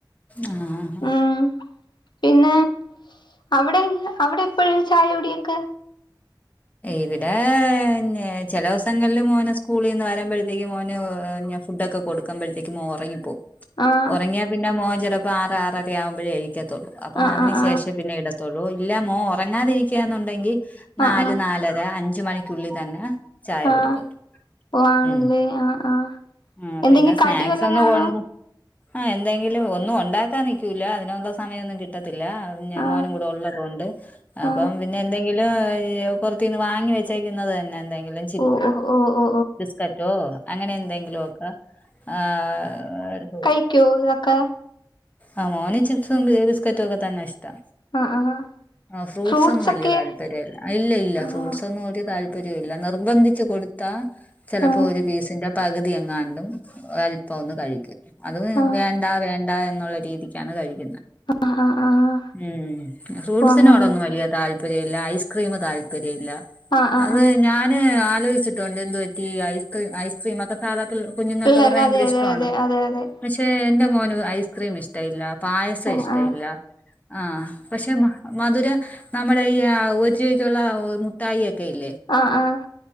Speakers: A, on the left (about 20°); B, on the left (about 70°).
A: ആഹ് ആഹ്
B: ഉം പിന്നെ അവിടെ അവിടെപ്പഴേ ചായ കുടിയൊക്കെ?
A: ഇവിടേ ന്നെ ചെല ദൊവസങ്ങളില് മോന് സ്കൂളീന്ന് വരാമ്പഴത്തേക്കിനും മോന് എഹ് ഞാ ഫുഡൊക്കെ കൊ കൊടുക്കാമ്പഴത്തേക്ക് മോ ഒറങ്ങിപ്പോവും
B: ആഹ്
A: ഒറങ്യാ പിന്നെ മോൻ ചെലപ്പോ ആറ് ആറര ആവുമ്പഴേ എണീക്കത്തോള്ളൂ അപ്പൊ
B: ആഹ്
A: അതിന്
B: ആഹ്
A: ശേഷെ പിന്നെ ഇടത് ത്തൊള്ളൂ ഇല്ല മോ ഒറങ്ങാതിരിക്കന്നുണ്ടെങ്കി ന്നാല്
B: ആഹ് ആഹ്
A: ന്നാലര അഞ്ച് മണി. ക്കുള്ളി തന്നെ ചായ
B: ആഹ് ആഹ്
A: കൊട്ക്കും
B: ഓ ആണല്ലേ
A: ഉം
B: ആഹ് ആഹ്
A: ആഹ്
B: എന്തെങ്കി
A: പിന്നെ സ്നാക്സ്
B: കടി വല്ലോം
A: ഒന്നും
B: കാണോ
A: കൊണ്ട് ആഹ് എന്തെങ്കിലും ഒന്ന് ഒണ്ടാക്കാൻ നിക്കൂല്ല അതിനുള്ള സമയൊന്നും കിട്ടത്തില്ല ഞാൻ
B: ആഹ്
A: മോനും കൂടെ ഉള്ള തോണ്ട് അപ്പം
B: ആഹ്
A: പിന്നെ എന്തെങ്കിലും ഇ പൊറത്തിന്ന് വാങ്ങി വെച്ചേക്കുന്നത് തന്നെ എന്തെങ്കിലും
B: ഓഹ് ഓഹ് ഓഹ് ഓഹ്
A: ബിസ്കറ്റോ അങ്ങനെ എന്തെങ്കിലൊക്കെ ആഹ് എട്ത്
B: വെയ്ക്കൊതൊക്കെ
A: ആഹ് മോന് ചിപ്സും ബിസ്ക്കറ്റും ഒക്കെ തന്നെ ഇഷ് താ
B: ആഹ് ആഹ്
A: ആഹ് ഫ്രൂട്ടസൊന്നും
B: ഫ്രൂട്ട്സ്
A: വല്ല്യാ
B: ഒക്കെ
A: താല്പര്യല്ല ഇല്ല ഇല്ല
B: ആഹ്
A: ഫ്രൂട്ട്സ് ഒന്നും ഒര് താല് പരോല്ല്യ നിർബന്ധിച്ചു കൊട്ത്താ ചെലപ്പോ
B: ആഹ്
A: ഒരു പീസിന്റെ പകുതി എങ്ങാണ്ടും അല്പം ഒന്ന് കഴിക്കും. അത്
B: ആഹ്
A: വേണ്ട വേണ്ട എന്നുള്ള രീതിക്കാണ് കഴിക്കുന്നെ.
B: ആഹ് ആഹ് ആഹ്
A: ഉം ഫ്രൂട്ട്സിനോടൊന്നും
B: ഓ അങ്ങനെയല്ലേ
A: വല്ല്യാ താൽ പ് രോല്ല്യ ഐസ്ക്രീമ് താൽപര്യല്ലാ
B: ആഹ് ആഹ്
A: അത്
B: ആഹ്
A: നാ ഞാന് ആലോയിച്ചിട്ടുണ്ട് എന്ത്‌പറ്റി ഐസ്ക്രീം ഐസ്ക്രീം ഒക്കെ സാധാ പിള് കുഞ്ഞുങ്ങക്കൊക്കെ
B: പിള്ളേർക്ക്
A: ഭയങ്കര
B: അതെ അതെ
A: ഇഷട്ടോവാണ്
B: അതെ അതെ അതെ
A: പഷെ എന്റെ മോന് ഐസ്ക്രീം ഇഷ്ട്ടം ഇല്ല. പായസം
B: ആഹ്
A: ഇഷ്ട്ടം
B: ആഹ്
A: ഇല്ല ആഹ് പഷെ മ മധുര ന്നമ്മുടെ ഈ ഒരു രുബക്കുള്ള മുട്ടായി ഒക്കെ ഇല്ലേ
B: ആഹ് ആഹ്